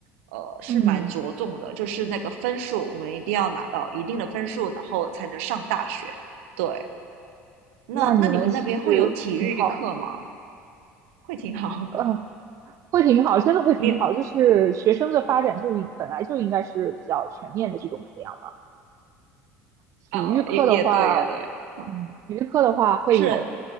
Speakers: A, on the right; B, on the right.
A: 呃是蛮着重的，
B: 嗯，
A: 就是那个分数，我们一定要拿到一定的分数，然后才能上大学。对，那那你们那边会有体育课吗？
B: 那你们其实挺好，
A: 会挺好。
B: 呃，会挺好，真的会挺好。
A: <laughs> 你
B: 就是学生的发展就应本来就应该是比较全面的这种培养。体育课的话，
A: 啊、也也对，也对，哦，
B: 嗯，体育课的话会有，
A: 是